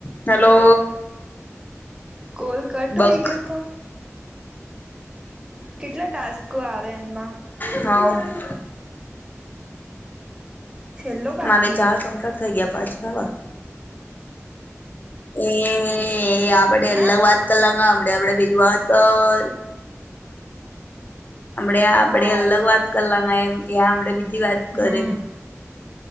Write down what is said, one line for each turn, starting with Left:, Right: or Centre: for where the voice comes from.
Left: Hello.
Right: Call cut
Left: bug
Right: હોય ગયો તો? કેટલા ટાસ્કો આવે એમાં.
Left: હ.
Right: છેલ્લો બાકી
Left: મારે ચાર
Right: એ
Left: કંપ્લીટ થઈ ગયા પાંચમા વાત એ આપડે
Right: હે
Left: અલગ વાત કરલાડે આપડે બીજી વાત કર હમે
Right: હા
Left: આપડે અલગ વાત કરવામાં એમ ત્યાં આપડે બીજી વાત કરે
Right: હમ